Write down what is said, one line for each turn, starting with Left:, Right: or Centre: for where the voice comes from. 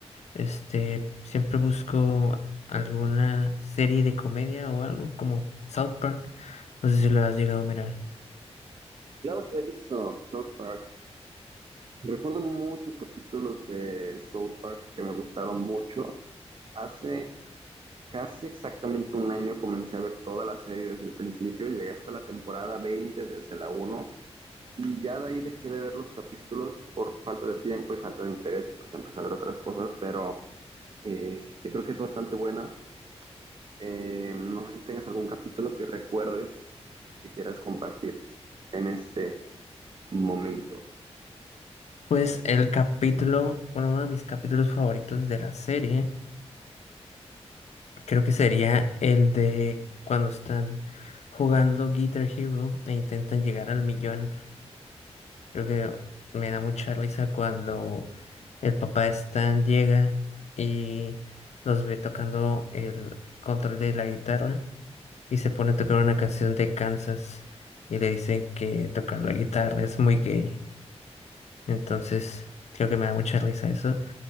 Left: este, siempre busco alguna serie de comedia o algo como South Park. No sé si lo has llegado a mirar.
Right: Claro que he visto South Park. Recuerdo muchos capítulos de South Park que me gustaron mucho. Hace Casi exactamente un año comencé a ver toda la serie desde el principio, llegué hasta la temporada 20 desde la uno y ya de ahí dejé de ver los capítulos por falta de tiempo y falta de interés y porque empecé a ver otras cosas, pero eh, este, creo que es bastante buena. Eh, no sé si tengas algún capítulo que recuerdes que quieras compartir en este momento.
Left: Pues el capítulo, bueno, uno de mis capítulos favoritos de la serie. Creo que sería el de cuando están jugando Guitar Hero e intentan llegar al millón. Creo que me da mucha risa cuando el papá de Stan llega y los ve tocando el control de la guitarra y se pone a tocar una canción de Kansas y le dicen que tocar la guitarra es muy gay. Entonces creo que me da mucha risa eso.